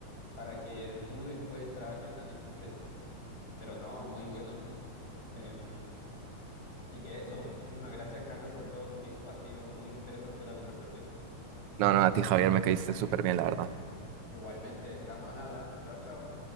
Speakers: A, on the left; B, on the right.
A: para que tú después trabajes en esa empresa. Pero no, muy bueno. Em, así que eso, muchísimas gracias, Carlos, por todo tu tiempo. Ha sido muy interesante la conversación.
B: No, no, a ti Javier me caíste súper bien, la verdad.
A: Igualmente, estamos al habla. Chao, chao.